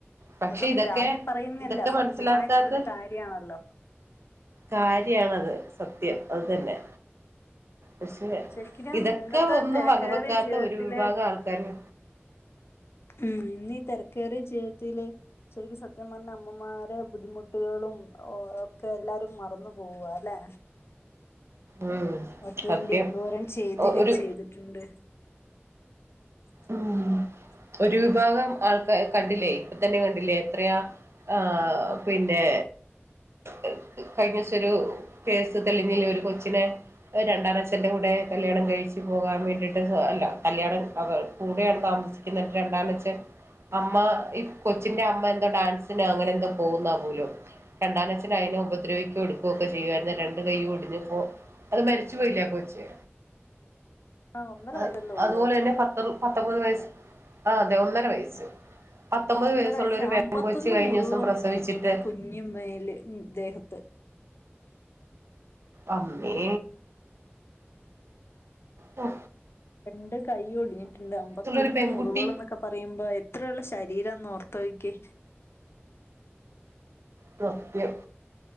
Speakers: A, on the right; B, on the left.
A: പക്ഷെ
B: അതും
A: ഇതൊക്കെ
B: പ്രാഗി പറയുന്നില്ല
A: ഇതൊക്കെ
B: സത്യമായിട്ടുള്ളൊരു
A: മനസിലാക്കാത്ത
B: കാര്യമാണല്ലോ
A: കാര്യം ആണത്. സത്യം അത് തന്നെ. ക്ഷെ
B: ശരിക്കും
A: ഇതൊക്കെ
B: ഇന്നത്തെ
A: ഒന്നും
B: തിരക്കേറിയ
A: വകവെക്കാത്ത
B: ജീവിതത്തില്
A: ഒരു വിഭാഗം ആൾക്കാര്
B: ഉം. ഇന്നീ തിരക്കേറിയ ജീവിതത്തില് ശരിക്കും സത്യം പറഞ്ഞാൽ അമ്മമാരെ ബുദ്ധിമുട്ടുകളും ഒക്കെ എല്ലാരും മറന്നു പോവാ അല്ലെ?
A: ഉം
B: അവർക്ക്
A: സത്യം
B: വേണ്ടി എന്തോരം ചെയ്തിര്
A: ഒരു
B: ചെയ്തിട്ടുണ്ട്. <inaudible>
A: ഉം ഒരു വിഭാഗം ആൾക്കാ കണ്ടില്ലേ ഇപ്പ തന്നെ കണ്ടില്ലേ എത്രയാ ആ പിന്നെ ഏ കഴിഞ്ഞ ദിവസം ഒരു കേസ് തെളിഞ്ഞില്ലേ ഒരു കൊച്ചിനെ രണ്ടാനച്ഛന്റെ കൂടെ കല്യാണം കഴിച്ചു പോകാൻ വേണ്ടിട്ട് അല്ല കല്യാണം <inaudible> കൂടെയാണ് താമസിക്കുന്നത് രണ്ടാനച്ഛൻ അമ്മ ഈ കൊച്ചിന്റെ അമ്മ എന്തോ ഡാൻസി നോ അങ്ങനെ എന്തോ പോകുന്നാ പോലും രണ്ടാനച്ഛന് അതിനെ ഉപ ദ്രവിക്കുവോ എടുക്കൊക്കെ ചെയ്യുവായിരുന്നു. രണ്ടു കൈയും ഒടിഞ്ഞപ്പോ അത് മരിച്ചു പോയില്ലേ ആ കൊച്ച്.
B: ആ ഒന്നര
A: അ
B: വയസ്സല്ലേ ഉള്ളൂ
A: അതുപോലെ തന്നെ പത്ര പത്തൊമ്പത് വയസ് ആ അതെ ഒന്നര വയസ്സ്. പത്തൊമ്പത്
B: ഒന്നരവയസ്.
A: വയസ്സുള്ള ഒരു പെൺകൊച്ച്
B: അമ്പത്തൊന്ന്
A: കഴിഞ്ഞ
B: മുറിവുകളുണ്ടായിരുന്നു
A: ദിവസം പ്രസവിച്ചിട്ട്
B: ആ കുഞ്ഞ് മേൽ ദേഹത്ത്
A: അമ്മേ ഹോ
B: രണ്ട് കൈ ഒടിഞ്ഞിട്ടുണ്ട് അമ്പത്തൊന്ന്
A: ഒരു പെൺകുട്ടി
B: മുറിവുക എന്നൊക്കെ പറയുമ്പോ എത്രയുള്ള ശരീരം നോർ ഓർത്തു നോക്കിക്കേ
A: കൃത്യം